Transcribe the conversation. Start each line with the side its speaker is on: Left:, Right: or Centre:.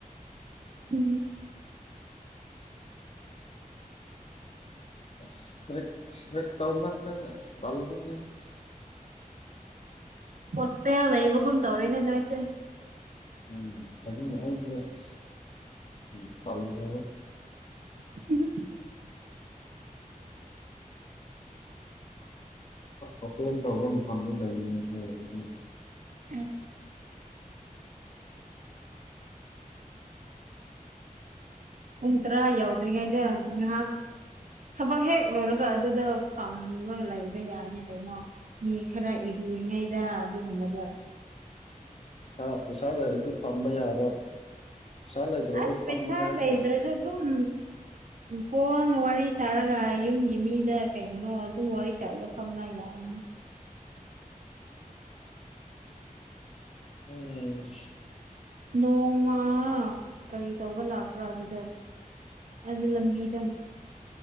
Right: ꯎꯝ
Left: ꯏꯁꯇ꯭ꯔꯤꯛ ꯏꯁꯇ꯭ꯔꯤꯛ ꯇꯧꯃꯟꯗꯅ ꯏꯁ ꯇꯜꯂꯤꯅꯦ ꯏꯁ
Right: ꯍꯣꯁꯇꯦꯜ ꯂꯩꯕꯒꯨꯝ ꯇꯧꯔꯦꯅꯦ ꯅꫭꯏꯁꯦ
Left: ꯎꯝ ꯑꯗꯨꯝ ꯑꯩꯁꯦ ꯑꯁ ꯎꯝ ꯇꯜꯂꯦꯕ
Right: <inaudible>
Left: ꯑꯣꯄꯦꯟ ꯇꯧꯕ ꯃꯊꯐꯝꯗ ꯂꯩꯅꯤꯡꯉꯦ ꯑꯩꯁꯨ
Right: ꯑꯁ ꯄꯨꯡ ꯇꯔꯥ ꯌꯥꯎꯗ꯭ꯔꯤꯉꯩꯗ ꯉꯥꯏꯍꯥꯛ ꯊꯕꯛ ꯍꯦꯛ ꯂꯣꯏꯔꯒ ꯑꯗꯨꯗ ꯐꯝꯔꯒ ꯂꯩꯕ ꯌꯥꯅꯤ ꯀꯩꯅꯣ ꯃꯤ ꯈꯔ ꯂꯨꯔꯤꯉꯩꯗ ꯑꯗꯨꯒꯨꯝꯕꯗꯥ
Left: ꯄꯩꯁꯥ ꯄꯩꯁꯥ ꯂꯩꯔꯗꯤ ꯐꯝꯕ ꯌꯥꯕ ꯄꯩꯁꯥ ꯂꯩꯇ꯭ꯔꯗꯤ
Right: ꯑꯁ
Left: ꯐꯝꯅꯤꯡꯉꯥꯏꯁꯨ
Right: ꯄꯩꯁꯥ ꯂꯩꯗ꯭ꯔꯁꯨ
Left: ꯑꯁ
Right: ꯑꯗꯨꯝ ꯐꫭꯟ ꯋꯥꯔꯤ ꯁꯥꯔꯒ ꯌꯨꯝꯒꯤ ꯃꯤꯗ ꯀꯩꯅꯣ ꯑꯗꯨꯝ ꯋꯥꯔꯤ ꯁꯥꯔꯒ ꯐꯝꯅ ꯌꯥꯏꯅ <inaudible>
Left: ꯑꯩꯁ
Right: ꯅꯣꯡꯃꯥ ꯀꯔꯤ ꯇꯧꯕ ꯂꯥꯛꯄ꯭ꯔꯥ ꯑꯗꯨꯗ ꯑꯗꯨ ꯂꯝꯕꯤꯗ